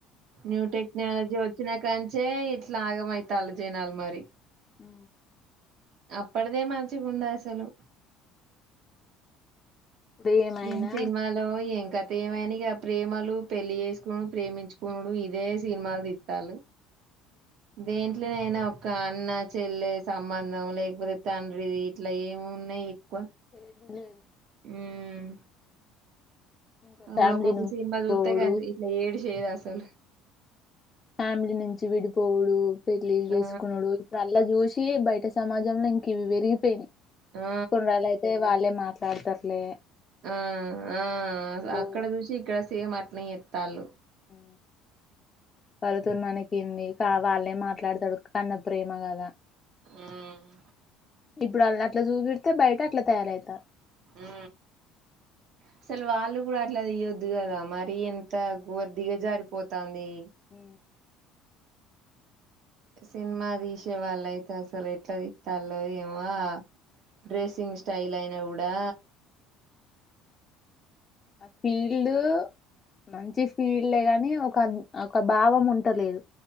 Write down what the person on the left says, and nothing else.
ఉ
ఇప్పుడు ఏమైనా
ఏం లేదు
ఇంకా
ఫ్యామిలీ
నుంచి
విడిపోవుడు
ఫ్యామిలీ నుంచి విడిపోవుడు. పెళ్లిళ్లు చేసుకునుడు
ఇప్పుడు అల్లా చూసి బయట్. అంటే సమాజంలో ఇంక ఇవి విరిగిపోనయి
కొన్ని రోజుల అయితే వాళ్ళే మాట్లా. తగుతర్లే
పోదాం
ఉ వాళ్లతో మనకెంది కా వాళ్ళే మాట్లాడతడు. అన్న ప్రేమగాదా ఇప్ప్.
ఇప్పుడు వాళ్ని అట్లా చూపిడితే బయట అట్ల తయారయితారు.
ఉ
ఆ ఫీల్డ్ మంచి ఫీల్డ్డె కాని ఒక ఒక భావం ఉంటలేదు.